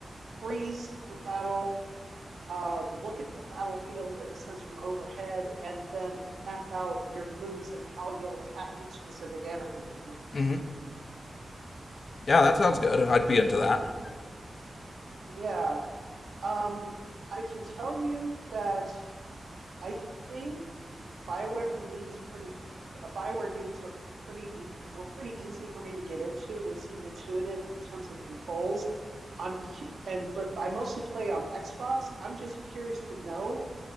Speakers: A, on the right; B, on the left.
A: freeze the battle, uh, look at the battlefield in a sense from overhead, and then map out your moves and how you'll attack each specific enemy.
B: Mhm. Yeah, that sounds good. I'd be into that.
A: Yeah. Um, I can tell you that I think Bioware for me was pretty. Uh, Bioware games are pretty e- were pretty easy for me to get into, and they seemed intuitive in terms of the controls. I'm cu- and but I mostly play on Xbox. I'm just curious to know.